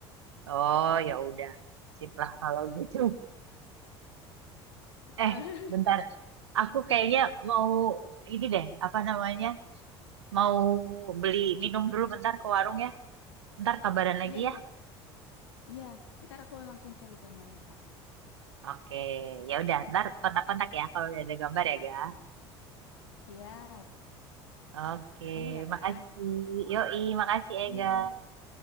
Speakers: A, on the right; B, on the left.
A: oh ya udah. Sip lah kalau gitu. Eh,
B: <laughs>
A: bentar. Aku kayaknya mau ini deh, apa namanya? Mau beli minum dulu bentar ke warung ya. Ntar kabaran lagi
B: Iya iya
A: ya.
B: iya. Ntar aku langsung cari gambarnya kak.
A: Oke, ya udah. Ntar kontak-kontak ya kalau udah ada gambar ya, Ga.
B: Siap,
A: Oke,
B: ditunggu ya
A: makasih.
B: kak.
A: Yoi, makasih
B: Iya
A: Ega.